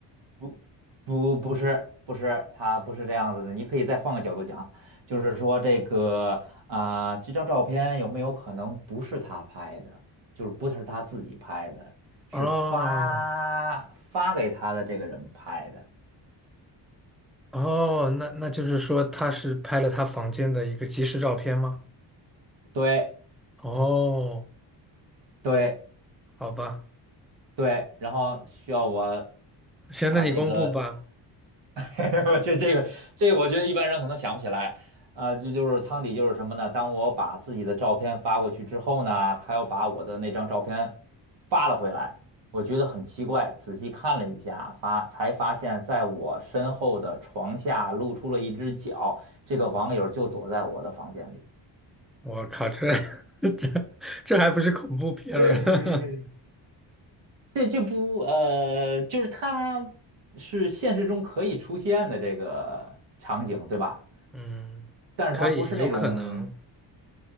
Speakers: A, on the right; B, in the centre.
A: 不，不，不是，不是，他不是这样子的。你可以再换个角度讲，就是说这个啊、这张照片有没有可能不是他拍的，就是不是他自己拍的，是发发给他的这个人拍的。
B: 哦，哦，那那就是说他是拍了他房间的一个即时照片吗？
A: 对，
B: 哦，
A: 对，
B: 好吧，
A: 对。然后需要我
B: 行，
A: 把这个。
B: 那你公布吧。
A: <laughs> 我觉得这个，这个我觉得一般人可能想不起来，啊、这就是汤底就是什么呢？当我把自己的照片发过去之后呢，他又把我的那张照片发了回来，我觉得很奇怪，仔细看了一下，发才发现在我身后的床下露出了一只脚，这个网友就躲在我的房间里。
B: 我靠，这 <laughs> 这这还不是恐怖片儿？
A: <laughs> 这这不呃，就是它是现实中可以出现的这个场景，对吧？
B: <laughs> 嗯，
A: 但是它不是那种。
B: 可以，有可能，